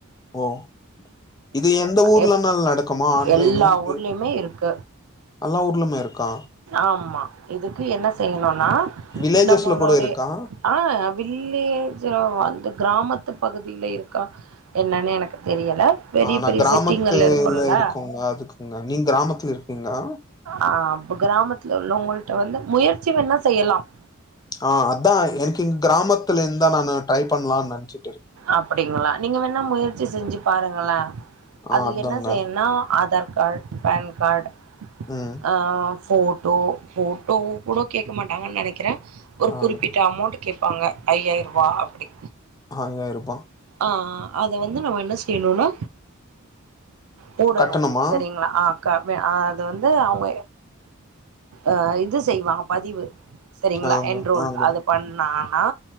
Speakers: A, on the left; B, on the right.
A: உஹம் இது எந்த ஊர்லன்னால
B: எப்
A: நடக்குமா ஆன்லைனு
B: எல்லா
A: இது
B: ஊர்லயுமே இருக்கு
A: எல்லா ஊர்லுமே இருக்கா
B: ஆமா இதுக்கு என்ன செய்யணும் னா
A: வில்லேஜஸ்ல
B: நம்மளுடைய
A: கூட இருக்கா?
B: ஆஹ வில்லேஜ் வந்து கிராமத் பகுதியில இருக்கான் என்னன்னு எனக்கு தெரியல பெரிய
A: ஆஹ் நான்
B: பெரிய
A: கிராமத்துல
B: செட்டிங்கள்ல இருக்கும்ல
A: இருக்கோங்க அதுக்குங்க நீங்க கிராமத்துல இரு இன்னா
B: ஆஹ் அப்ப கிராமத்துல உள்ளவங்களிட்ட வந்து முயற்சி வேன செய்யலாம்
A: ஆஹ் அதான் எனக்கு இங்க கிராமத்துல இருந்துந்தான் நான் ட்ரை பண்ணலாம்னு நினைச்சு
B: அப்படிங்களா நீங்க வேன முயற்சி செஞ்சு பாருங்களா
A: ஆ
B: அதுக்கு
A: அதாங்க.
B: என்ன செய்யும்னா ஆதார் கார்ட பேன் கார்ட
A: ம்.
B: ஆஹ் ஃபோட்டோ ஃபோட்டோ கூட கேட்க மாட்டாங்கன்னு நினைக்கிறேன் ஒரு
A: ஆங்க
B: குறிப்பிட்ட அமௌண்ட் கேட்பாங்க ஐயாயிரம் ரூபா அப்படி
A: அஹா இருப்பான்
B: ஆஹ அத வந்து நம்ம என்ன செய்யணும்னா போடணும்
A: கட்டணமா
B: சரிங்களா ஆஹ அது வந்து அவ அஹ் இது செய்வா பதிவு சரிங்களா
A: ஆங்க
B: என்றோல்
A: ஆங்க
B: அது பண்ணா ஆ